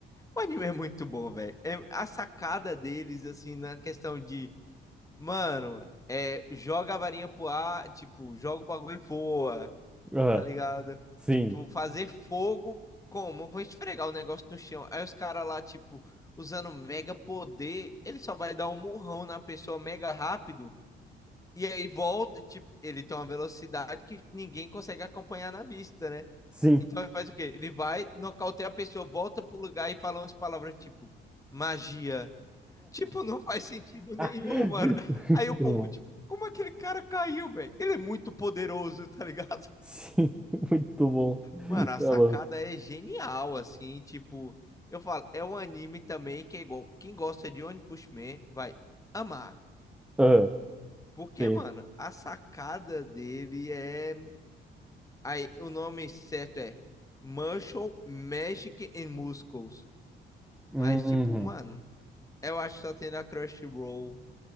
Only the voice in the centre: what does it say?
Aham.
Sim.
Sim.
<laughs>
Muito
bom.
Sim, <laughs> muito bom.
Tá
louco.
Ah,
sim.
Uhum.